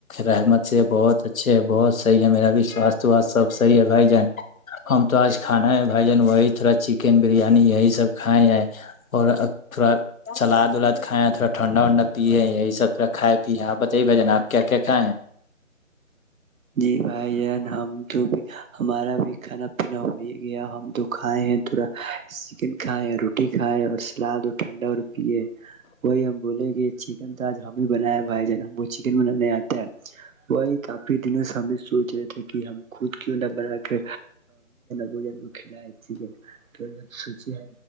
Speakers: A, on the left; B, on the right.
A: رحمت سے بہت اچھے ہے بہت صحی ہے میرا بھی سواستھ واھ سب صحیح ہے بھائی جان ہم تو آج کھانا ہے بھائی جان وہی تھوڑا چکن بریانی یہی سب کھائے ہیں اور تھوڑا سلاد ولاد کھائے ہیں تھوڑا ٹھنڈا نڈا پیے یہی سب تھڑا کھائے پیے آپ بتائیے بھ جان آپ کیا کیا کھائے ہیں
B: جی بھائی جان ہم تو بھی ہمارا بھی کھانا پینا ہو ہی گیا ہم تو کھائے ہیں تھورا چکن کھائے روٹی کھائے اور سلاد اور ٹھنڈا اور پیے وہی ہم بولے گ چکن تو آج ہمیں بنا ہے بھائی جان ہم وہ چکن بنانے آتا ہے وہی کافی اتنے مے ہم سوچ رہے تھے کہ ہم خود کیوں نہ بنا کے وہ جن کو کھائی چیکے <unintelligible> کی سوچی ہے